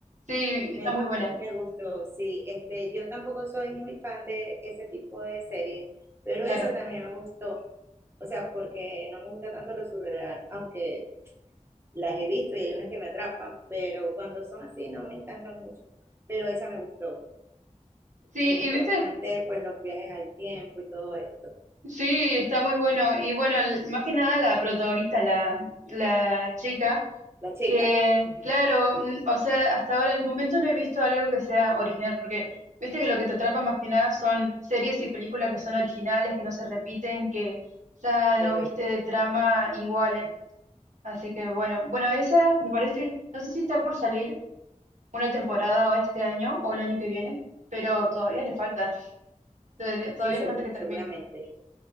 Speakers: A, on the right; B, on the right.
A: Sí,
B: Me,
A: está muy buena,
B: me gustó, sí. Este, yo tampoco soy muy fan de ese tipo de series, pero
A: claro.
B: esa también me gustó. O sea, porque no me gusta tanto lo surreal, aunque las he visto y hay unas que me atrapan, pero cuando son así no me encantan mucho. Pero esa me gustó.
A: Sí,
B: Me gustó
A: y viste.
B: bastante, pues, los viajes al tiempo y todo esto.
A: Sí, está muy bueno. Y bueno, el- más que nada la protagonista, la, la chica,
B: La chica.
A: que
B: Ujú,
A: claro, mm, o sea, hasta ahora en el momento no he visto algo que sea original, porque viste que lo que te atrapa más que nada son series y películas que son originales, que no se repiten, que ya no
B: Correcto.
A: viste de trama iguales. Así que bueno, bueno, esa me parece, no sé si está por salir una temporada o este año o el año que viene, pero todavía le falta, todavía le todavía
B: Sí, segu-
A: le falta que termine.
B: seguramente.